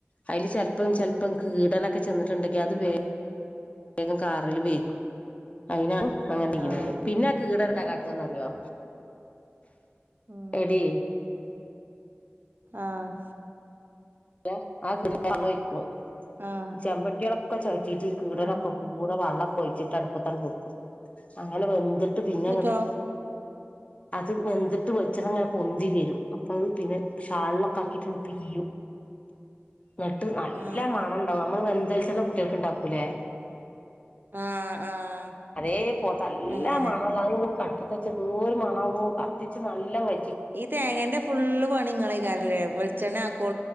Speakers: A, on the left (about 30°); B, on the right (about 50°).
A: അതില് ചിലപ്പം ചെലപ്പം കീടനൊക്കെ ചെന്നിട്ടുണ്ടെങ്കിൽ
B: ഉം
A: അത് വേ ഗം കാറല് വരും അയിനാണ് അങ്ങനെ ചെയ്യുന്നത്
B: ആഹ്
A: പിന്നെ കീടെ എന്താ ന്നറിയോ
B: ഉം
A: എടീ
B: ആഹ്
A: ആ കീടാത്തക്ക് വെള്ളം ഒഴിക്കും
B: ആഹ്
A: ചെമ്പട്ടികളൊക്കെ ചോയറ്റീട്ട് ഈ കീടനൊക്കെ
B: ആഹ്
A: കൂടെ വെള്ളമൊക്കെ ഒഴിച്ചിട്ട് അടുപ്പത്ത് അങ്ങ് വെക്കും അങ്ങനെ വെന്തിട്ട് പിന്നെ
B: എന്നിട്ടോ
A: അങ്ങോട്ട്
B: <inaudible>
A: അത് വെന്തിട്ട് വെളിച്ചെണ്ണ ഇങ്ങനെ പൊന്തി വരും അപ്പം അത് പിന്നെ ഷാളിലൊക്കെ ആക്കിട്ടണ്ട് പീയും എന്നിട്ട് നല്ല
B: ആഹ്
A: മണം ഉണ്ടാവും നമ്മള് വെന്ത വെളിച്ചെണ്ണ കുട്ടികൾക്ക് ഇണ്ടാക്കൂലേ
B: ആഹ് ആഹ്
A: അതേ പോത്തല്ലാ
B: അങ്ങനെ
A: മണല്ല <unintelligible> ദൂരു മണവോ കത്തിച്ച് നല്ല വെ
B: ഈ തേങ്ങേന്റെ ഫുള്ള് പണിങ്ങള് <unintelligible> വെളിച്ചണ്ണ ആക്കുവോ